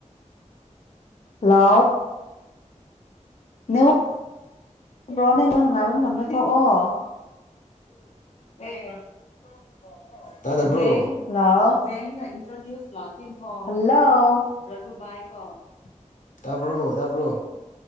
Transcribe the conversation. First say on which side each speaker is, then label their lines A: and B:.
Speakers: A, on the left (about 55°); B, on the left (about 80°).
A: hello network network ꯅꯨꯡꯉꯥꯏꯕ ꯃꯐꯝꯗ ꯊꯣꯛꯑꯣ ꯑꯦ
B: ꯇꯥꯗꯕ꯭ꯔꯣ
A: ꯍꯜꯂꯣ ꯍꯜꯂꯣ
B: ꯇꯥꯕ꯭ꯔꯣ ꯇꯥꯕ꯭ꯔꯣ